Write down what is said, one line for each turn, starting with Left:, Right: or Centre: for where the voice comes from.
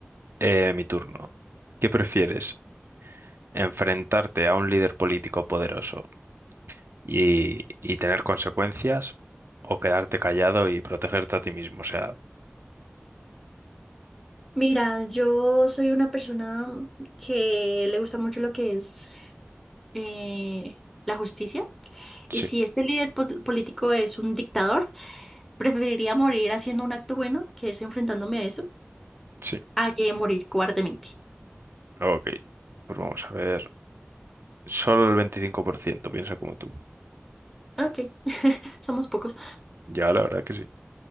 Right: Eh, mi turno. ¿Qué prefieres? ¿Enfrentarte a un líder político poderoso y, y tener consecuencias o quedarte callado y protegerte a ti mismo? O sea,
Centre: Mira, yo soy una persona que le gusta mucho lo que es eh, la justicia.
Right: sí,
Centre: Y si este líder po- político es un dictador, preferiría morir haciendo un acto bueno, que es enfrentándome a eso,
Right: sí,
Centre: a que morir cobardemente.
Right: ok. Pues vamos a ver. Solo el veinticinco por ciento. piensa como tú.
Centre: Ok, <laughs> somos pocos.
Right: Ya, la verdad que sí.